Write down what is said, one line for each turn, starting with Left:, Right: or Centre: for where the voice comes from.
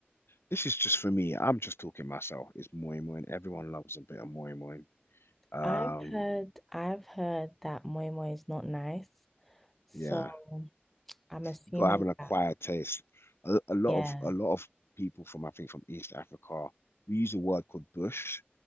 Left: This is just for me. I'm just talking myself. It's moi moi. Everyone loves a bit of moi moi. Um,
Centre: I've heard I've heard that moi moi is not nice. So
Left: yeah.
Centre: I'm assuming
Left: you got to have an acquired
Centre: that
Left: taste. A, a lot
Centre: yeah,
Left: of a lot of people from I think from East Africa, we use a word called bush,